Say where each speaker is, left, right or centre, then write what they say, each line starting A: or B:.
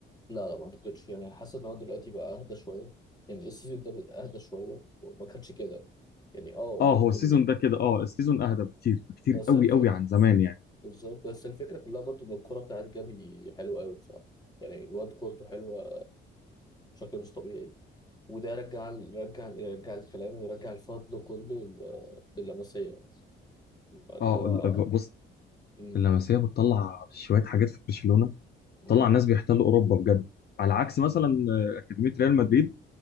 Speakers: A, on the left; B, on the left.
A: لا لا ما اعتقدش يعني حاسس ان هو دلوقتي بقى اهدى شويه يعني السيزون ده بقى اهدى شويه ما كانش كده يعني اه
B: اه
A: ممكن
B: هو السيزون ده كده اه السيزون اهدى بكتير بكتير
A: بس
B: قوي
A: الفكره
B: قوي عن زمان يعني
A: بالظبط بس الفكره كلها برضو ان الكوره بتاعت جافي حلوه قوي بصراحه يعني الواد كورته حلوه بشكل مش طبيعي وده رجع رجع يرجع الكلام ويرجع الفضل كله لل- لللمسيه اللي
B: اه
A: هو
B: ال- بص
A: مم،
B: اللمسيه بتطلع شويه حاجات في برشلونه
A: مم،
B: بتطلع ناس بيحتلوا اوروبا بجد على عكس مثلا آه، اكاديميه ريال مدريد